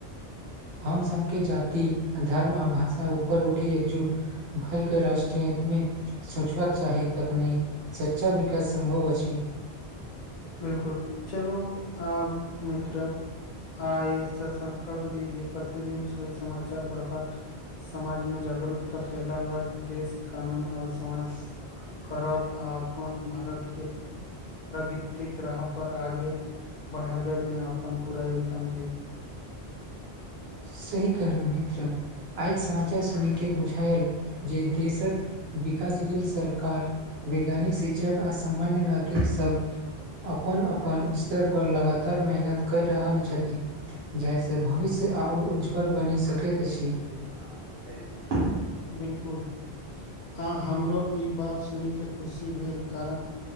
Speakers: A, on the right; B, on the left.
A: हमसभके जाति धर्म आ भाषा ऊपर उठि एकजुट भई के राष्ट्रीय हितमे सोचबाक चाही तखनी सच्चा विकास सम्भव अछि
B: बिल्कुल चलू आब मित्र आय सँ संकल्प ली जे प्रतिदिन सोई समचार पढ़बाक समाजमे जागरूकता फैलाव देश कानून आओर समाज करब आ अपन भारतके प्रगृतिक राह पर आगे बढ़ाबैमे अपन पूरा योगदान देब
A: सही कहलहुँ मित्र आयके समाचार सुनिके बुझायल जे देशक विकास लेल सरकार वैज्ञानिक शिक्षक आ सामान्य नागरिक सब अपन अपन स्तर पर लगातार मेहनत करि रहल छथिन जाहिसँ भविष्य आ ओर उज्ज्वल बनि सकैत अछि हमर
B: बिल्कुल हँ हमरो ई बात सुन के खुशी भेल कारण